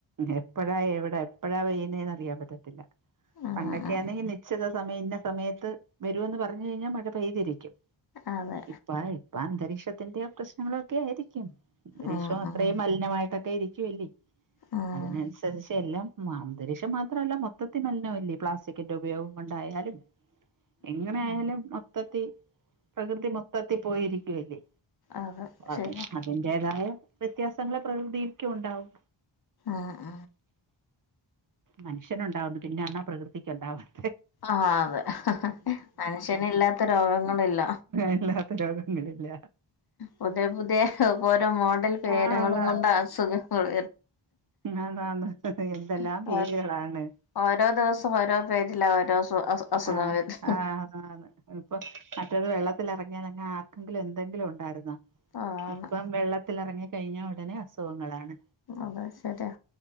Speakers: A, on the right; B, on the left.
A: എപ്പോഴാ എവിടെ എപ്പഴാ പെയ്യുന്നേന്ന് അറിയാൻ പറ്റത്തില്ല
B: ഉം
A: പണ്ടൊക്കൊണെ
B: ഉം
A: നിശ്ചത സമയം ഇന്ന സമയത്ത് വരുമന്ന് പറഞ്ഞ് കഴിഞ്ഞാ മഴ പെയ്തിരിക്കും
B: അതെ
A: ഇപ്പ ആഹ് ഇപ്പ ആഹ് അന്തരീക്ഷത്തിന്റെ പ്രശ്നങ്ങളൊക്കെ ആയിരിക്കും അന്തരീക്ഷവും
B: ഉം
A: അത്രയും
B: ഉം
A: മലിനമായിട്ടൊക്കെ ഇരിക്കൂല്ലേ
B: ഉം
A: അതിനനുസരിച്ച് എല്ലാം അന്തരീക്ഷം മാത്രമല്ല മൊത്തത്തിൽ മലിനം അല്ലെ പ്ലാസ്റ്റിക്കിന്റെ ഉപയോഗം കൊണ്ടായാലും എങ്ങനെ ആയാലും മൊത്തത്തി പ്രകൃതി മൊത്തത്തി പോയിരിക്കുവല്ലേ
B: അതെ
A: അത്
B: ശരിയാ
A: അതിന്റെതായ വ്യത്യാസങ്ങളെ പ്രകൃതിക്കും ഉണ്ടാവും
B: ആഹ്
A: മനുഷ്യൻ ഉണ്ടാവുന്ന് പിന്നെണ പ്രകൃതിക്ക് ഉണ്ടാവാൻ
B: ആഹ് അതെ മനുഷ്യന് ഇല്ലാത്ത രോഗങ്ങളില്ല
A: ഇല്ലാത്ത രോഗങ്ങളില്ല
B: പുതിയ പുതിയ ഓരോ മോഡൽ പേരുകളും
A: ആഹ്
B: കൊണ്ട് അസുഖങ്ങള്
A: ആന്നാന്ന് എന്തെല്ലാം
B: വർണെ <unintelligible>
A: പേരുകളാണ്
B: ഓരോ ദിവസം ഓരോ പേരില ഓരോ <unintelligible>
A: ആഹ്
B: വരുന്നു
A: ആഹ് ന്നോ ഇപ്പൊ മറ്റേത് വെള്ളത്തി ഇറങ്ങിയൽങ്ങെ ആർക്കെങ്കിലും എന്തെങ്കിലും ഉണ്ടായിരുന്നോ
B: ആണ്
A: ഇപ്പം വെള്ളത്തിൽ ഇറങ്ങി കഴിഞ്ഞാ ഉടനെ അസുഖങ്ങളാണ്
B: അത് ശരിയാ